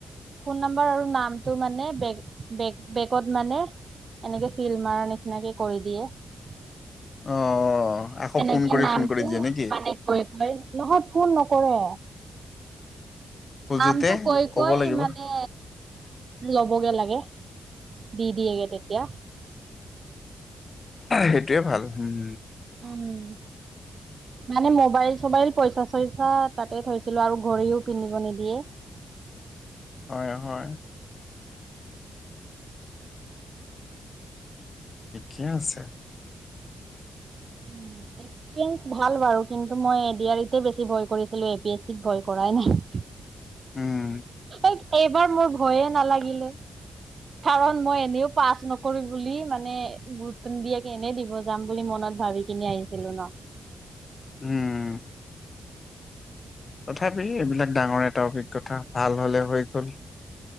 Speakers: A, on the right; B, on the left.
A: ফোন নাম্বাৰ আৰু নামটো মানে বে বে বেগত মানে এনেকে ফিল্ড মাৰ নিচিনাকে কৰি দিয়ে।
B: অ আকৌ
A: তেনেকে
B: ফোন কৰি
A: নামটো
B: ফোন কৰি দিয়ে নেকি।
A: মানে নহয় ফোন নকৰে
B: খোজোতে
A: নামটো কৈ-কৈ
B: ক'ব লাগিব
A: মানে ল'বগে লাগে দি দিয়েগে তেতিয়া।
B: সেইটোয়ে ভাল হম।
A: উম। মানে মোবাইল চবাইল পইচা চইচা তাতে থৈছিলো আৰু ঘৰিও পিন্ধিব নিদিয়ে।
B: হয়- হয়। একে আছে।
A: উম এক <unintelligible> ভাল বাৰু কিন্তু মই এ দি আৰ ই তে বেছি ভয় কৰিছিলোঁ এ পি এছ ইক ভয় কৰাই নাই।
B: উম
A: এইবাৰ মোৰ ভয়ে নালাগিলে। কাৰণ মই এনেও পাছ নকৰি বুলি মানে। গুৰুত্ব নিদিয়াকে এনেই দিব যাম বুলি মনত ভাবি কিনি আহিছিলো ন।
B: উম। তথাপি এইবিলাক ডাঙৰ এটা অভিজ্ঞথা ভাল হলে হৈ গল।